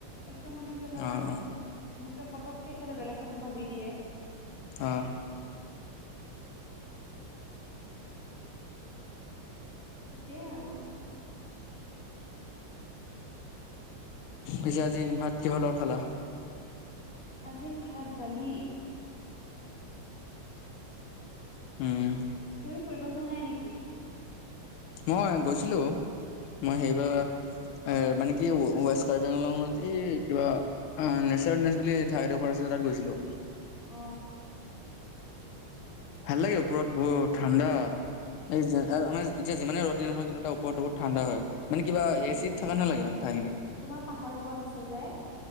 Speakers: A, on the left; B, on the left.
A: একদম মানে সিহঁতৰ
B: অ', অ',
A: <inaudible> পতককে সিহঁতৰ বেলেগ কথা ভাবি দিয়ে।
B: অ,
A: ঠিকেই আৰু।
B: পিছে আজি ভাত কিহৰ লগত খালা?
A: আজি ভাত দালি।
B: উম,
A: তুমি ফুৰিব যোৱা নাই নেকি?
B: মই গৈছিলোঁ মই সেইবাৰ এ, মানে কি ৱেষ্ট কাৰিবেংলত এই কিবা অ, নেচাৰ নেচ বুলি ঠাই এডোখৰ আছিলে তাত গৈছিলোঁ।
A: অ,
B: ভাল লাগে ওপৰত বহুত ঠাণ্ডা এ আমাৰ এতিয়া যিমানেই ৰদ দিন নহল কিন্তু এটা ওপৰত বহুত ঠাণ্ডা হয় মানে কিবা এ
A: অ
B: চিত থকা নালাগে মানে ঠাইখিনি।
A: তোমাৰ পাহাৰৰ ওপৰত আছে যে